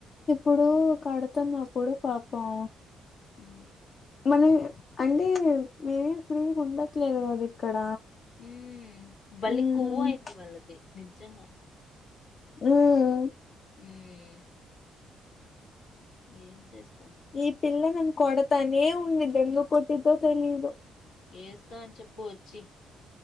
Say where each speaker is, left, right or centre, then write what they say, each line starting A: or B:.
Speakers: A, on the left; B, on the left.
A: ఇప్పుడు కడతన్న అప్పుడు పాపం
B: మ్మ్
A: మన అంటే మేమే ఫ్రీ ఉండట్లేదు కదా ఇక్కడ
B: మ్మ్ భల్లే
A: ఉమ్
B: కొవ్వు అయింది వాళ్ళకి నిజ్జంగా
A: ఏయ్
B: మ్మ్ ఏం చేస్తా
A: ఈ పిల్ల నన్ని కొడతనేే ఉ న్నిద్ది ఎందు కొట్టిద్దో తెలీదు
B: ఏస్తా అని చెప్పు వచ్చి